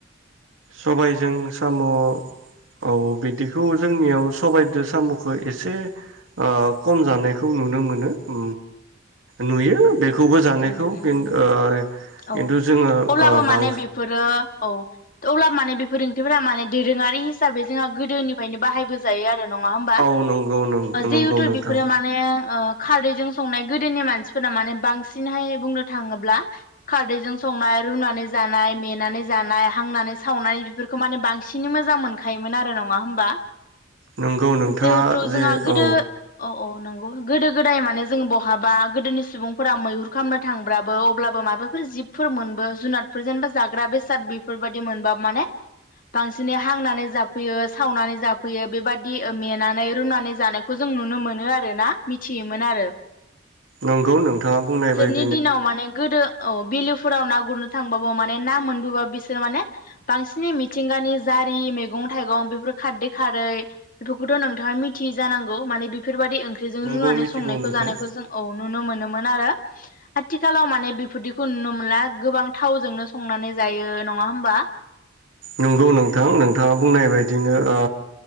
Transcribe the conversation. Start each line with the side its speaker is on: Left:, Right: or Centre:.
Right: सबायजों साम' औ बिदिखौ जोंनियाव सबाइजों साम'खौ एसे ओ खम जानायखौ नुनो मोनो ओ नुयो बेखौबो जानायखौ
Left: ओम ओम
Right: खिन
Left: नंगौ
Right: ओ खिन्थु
Left: औ
Right: जोङो
Left: अब्लाबो
Right: ओ
Left: माने
Right: बां
Left: बेफोरो औ अब्ला माने बेफोर ओंख्रिफोरा माने दोरोङारि हिसाबै जोंहा गोदोनिफ्रायनो बाहायबो जायो आरो नङा होनबा
Right: औ नंगौ
Left: जिहेथु
Right: नंगौ नोंथां
Left: बेफोरो माने ओ खारदैजों संनाय गोदोनि मानसिफोरा माने बांसिन बांसिनहाय बुंनो थाङोब्ला खारदैजों संनाय रुनानै जानाय मेनानै जानाय हांनानै सावनाय बेफोरखौ माने बांसिनै मोजां मोनखायोमोन आरो नङा होमबा
Right: नंगौ नोंथाङा
Left: जिहेथु
Right: जे
Left: जोंहा गोदो
Right: औ
Left: अ अ नंगौ गोदो गोदाय माने जों बहाबा गोदोनि सुबुंफोरा मैहुर खालामनो थांबाबो अब्लाबो माबाफोर जिबफोर मोनबो जुनादफोर जेनेबा जाग्रा बेसाद बेफोरबायदि मोनबा माने बांसिन बिदिनो हांनानै जाफैयो सावनानै जाफैयो बेबायदि मेनानै रुनानै जानायखौ जों नुनो मोनो आरो ना मिथियोमोन आरो
Right: नंगौ नोंथाङा बुंनाय बायदि
Left: नि दिनाव माने गोदो औ बिलोफोराव ना गुरनो थांबाबो माने ना मोनबोबा बेसे माने बांसिन मिथिंगानि जारि मैगं-थाइगं बेफोर खारदै खारै बेफोरखौथ' नोंथाङा मिथियो जानांगौ माने बेफोरबायदि ओंख्रिजों
Right: नोंगौ
Left: रुनानै
Right: मिथिगौ
Left: संनायखौ
Right: नोंथां
Left: जानायखौ जों औ नुनो मोनोमोन आरो आथिखालाव माने बेफोरदिखौ नुनो मोनला गोबां थावजोंनो संनानै जायो नङा होमबा
Right: नंगौ नोंथां नोंथाङा बुंनाय बायदिनो ओ